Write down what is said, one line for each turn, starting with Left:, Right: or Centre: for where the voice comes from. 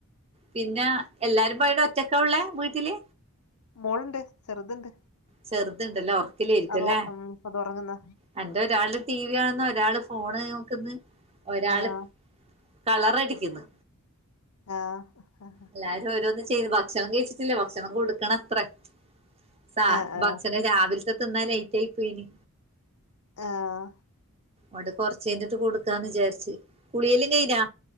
Right: പിന്നെ എല്ലാരും പോയിടെ ഒറ്റക്കാ ഇള്ളേ വീട്ടില്
Left: മോളുണ്ട് ചെറുതുണ്ട്
Right: ചെറുത് ഇണ്ട്ല്ലേ ഒറക്കിലായിരിക്കുല്ലേ
Left: അതോ ഉം അത് ഉറങ്ങുന്ന
Right: അൻ എന്താ ഒരാള് ടി വി കാണ്ന്ന് ഒരാള് ഫോണ് നോക്ക്ന്ന് ഒരാള്
Left: ആഹ്
Right: കളർ അടിക്കുന്ന്
Left: ആഹ്
Right: എല്ലാരും ഓരോന്നും ചെയ്യ്ന്നു ഭക്ഷണം കഴിച്ചിട്ടില്ല ഭക്ഷണം കൊടുക്കണത്രേ സാ
Left: ആഹ് ആഹ്
Right: ഭക്ഷണം രാവിലത്തെ തിന്നാ ലേറ്റ് ആയി പോയിന്
Left: ആഹ്
Right: ആണ്ട് കൊറച്ച് കഴിഞ്ഞിട്ട് കൊടുക്കാന്ന് വിചാരിച്ച് കുളിയെല്ലം കയിഞ്ഞാ